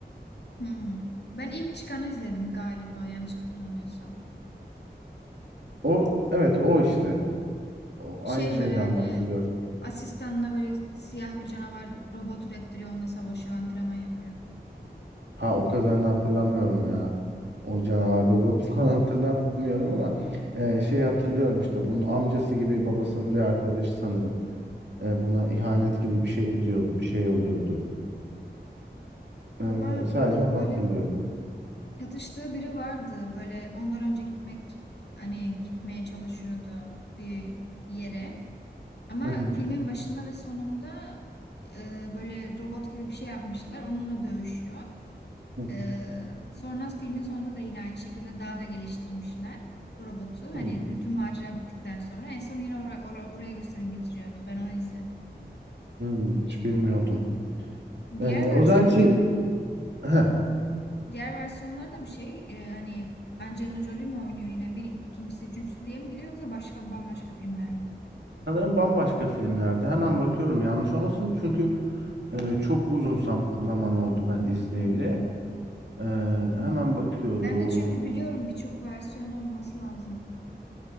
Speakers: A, on the left; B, on the right.
A: Hmm. Ben ilk çıkanı izledim galiba yanlış hatırlamıyorsam.
B: O evet o işte. O, aynı
A: Şey
B: şeyden
A: böyle hani
B: bahsediyoruz.
A: asistanına böyle siyah bir canavar robot ürettiriyor onunla savaşıyor antrenman yapıyor.
B: Ha o kadarını hatırlamıyorum ya. O canavar robot <laughs> falan hatırlatmıyorum ama e, şey hatırlıyorum işte bunun amcası gibi babasının bir arkadaşı sanırım. E, buna ihanet gibi bir şey ediyordu, bir şey oluyordu.
A: Valla
B: E, sadece
A: e,
B: onu
A: böyle
B: hatırlıyorum.
A: çatıştığı biri vardı böyle ondan önce gitmek hani gitmeye çalışıyordu bir yere. Ama
B: Hı hı,
A: filmin başında ve sonunda e, böyle robot gibi bir şey yapmışlar onunla dövüşüyor.
B: hı
A: Ee, sonra filmin sonunda da yine aynı şekilde daha da geliştirmişler o robotu. Hani
B: hı.
A: bütün macera bittikten sonra en son yine ora- ora- oraya gösterip bitiriyordu. Ben onu izledim.
B: Hmm, hiç bilmiyordum. E,
A: Diğer
B: o
A: versiyonların
B: zaman şey heh,
A: diğer versiyonlarda bir şey e, hani Angelina Jolie mi oynuyor yine bir ikincisi üçüncüsü diye mi gidiyor yoksa başka bambaşka filmler mi?
B: sanırım bambaşka filmlerde. Hemen bakıyorum yanlış olmasın çünkü e, çok uzun zam- zaman oldu ben izleyeli. E, hemen bakıyorum.
A: Ben de çünkü biliyorum birçok versiyonu olması lazım.